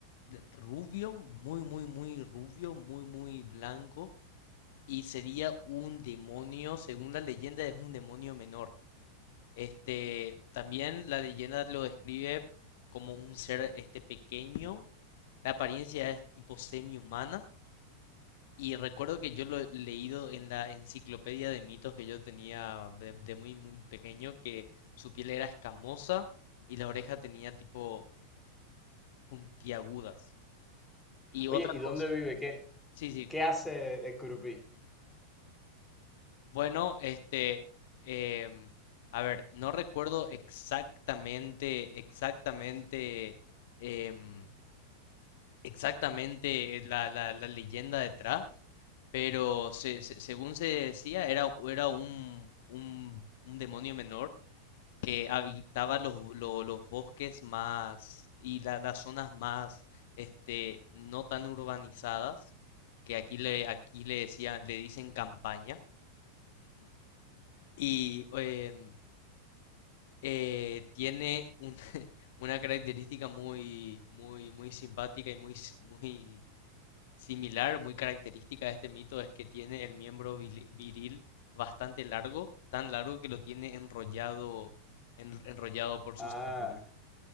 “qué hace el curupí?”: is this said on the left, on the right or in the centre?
Centre